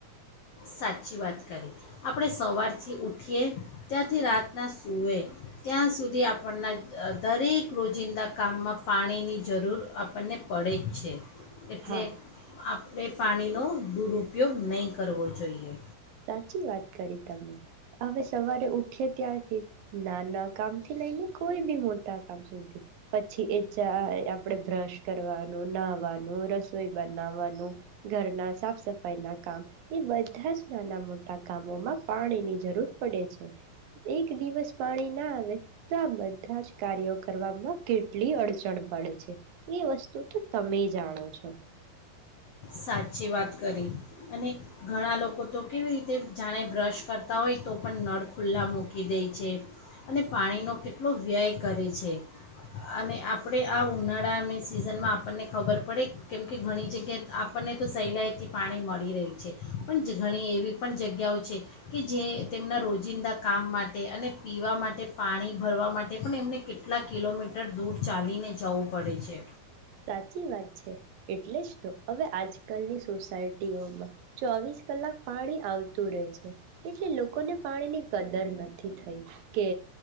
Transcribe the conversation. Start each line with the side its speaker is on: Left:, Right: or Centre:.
Left: સાચી વાત કરી. આપણે સવારથી ઉઠીએ ત્યાંથી રાતના સૂએ ત્યાં સુધી આપણના દરેક રોજિંદા કામમાં પાણીની જરૂર આપણને પડે જ છે. એટલે
Right: હા
Left: આપ ને પાણીનો દુર ઉપયોગ નહીં કરવો જોઈએ.
Right: સાચી વાત કરી તમે હવે સવારે ઉઠીએ ત્યારથી નાના કામ થી લઈને કોઈ બી મોટા કામ સુધી પછી એ આપણે બ્રશ કરવાનું, નાહવાનું, રસોઈ બનાવાનું, ઘરના સાફ સફાઈ ના કામ એ બધા જ નાના મોટા કામોમાં પાણીની જરૂર પડે છે. એક દિવસ પાણી ના આવે તો આ બધા જ કાર્યો કરવામાં કેટલી અડચણ પડે છે એ વસ્તુ તો તમે જાણો છો.
Left: સાચી વાત કરી અને ઘણા લોકો તો કેવી રીતે જાણે બ્રશ કરતા હોય તો પણ નળ ખુલ્લા મૂકી દેય છે અને પાણીનો કેટલો વ્યય કરે છે અને આપણે આ ઉનાળાની સિઝનમાં આપણને ખબર પડે કેમ કે ઘણી જગ્યાએ આપણને તો સહેલાઈથી પાણી મળી રહયું છે. પણ ઘણી એવી પણ જગ્યાઓ છે કે જે તેમના રોજિંદા કામ માટે અને પીવા માટે, પાણી ભરવા માટે પણ એમને કેટલા કિલોમીટર દૂર ચાલીને જવું પડે છે.
Right: સાચી વાત છે એટલે જ તો હવે આજકાલની સોસાયટીઓમાં ચોવીસ કલાક પાણી આવતું રહે છે. એટલે લોકોને પાણીની કદર નથી થઈ કે